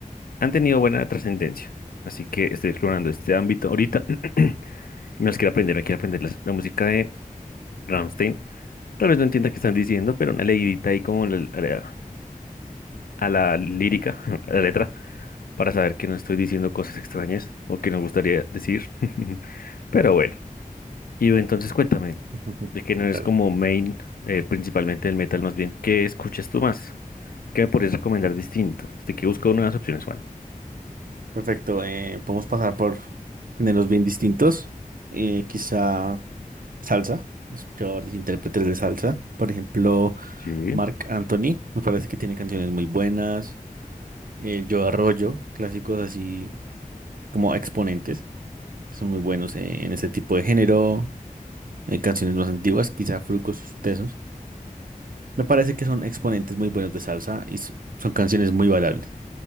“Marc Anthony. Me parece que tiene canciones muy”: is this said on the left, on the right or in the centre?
Right